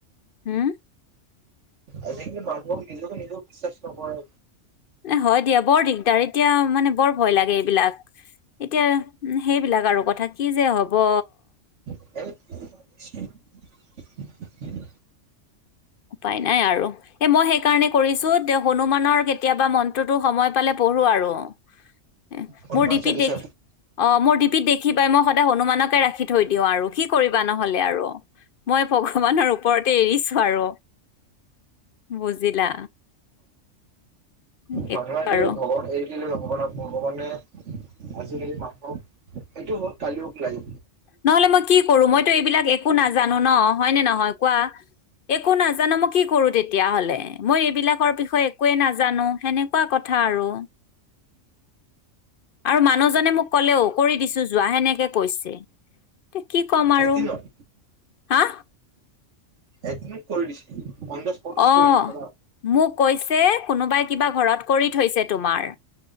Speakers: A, on the left; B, on the right.
A: হা
B: আজিকালি মানুহক নিজকে নিজেও বিশ্বাস নকৰে।
A: এ হয় দিয়া বৰ দিগদাৰ এতিয়া মানে বৰ ভয় লাগে এইবিলাক। এতিয়া সেইবিলাক আৰু কথা কি যে হব
B: <inaudible>
A: উপায় নাই আৰু এ মই সেইকাৰণে কৰিছো তেওঁ হনুমানৰ কেতিয়াবা মন্ত্ৰটো সময় পালে পঢ়ো আৰু। <unintelligible> এ
B: হনুমান
A: মোৰ ডিপিত
B: চালিচা
A: দেখি অ মোৰ ডিপিত দেখি পাই মই স <unintelligible> হনুমানকে ৰাখি থৈ দিও আৰু কি কৰিবা নহ'লে আৰু মই ভগৱানৰ ওপৰতে এৰিছো আৰু বুজিলা সেইটো
B: মানুহে আজিকালি
A: আৰু
B: ভগৱান এৰি ভগৱানত ভগৱানে আজিকালি মাকক এইটো হত কালিও লাই
A: নহলে মই কি কৰো মইতো এইবিলাক একো নাজানো ন হয়নে নহয় কোৱা। একো নাজানো মই কি কৰো তে তেতিয়া হলে মই এইবিলাকৰ বিষয়ে একোৱে নাজানো সেনেকুৱা কথা আৰু আৰু মানুহজনে মোক কলেও কৰি দিছো যোৱা সেনেকে কৈছে এয়া কি ক'ম আৰু
B: এদিনত
A: হা
B: একদিনিট কৰি দিছে অন দা স্পটত
A: অ
B: কৰি দিছে
A: মোক কৈছে কোনোবাই কিবা ঘৰত কৰি থৈছে তোমাৰ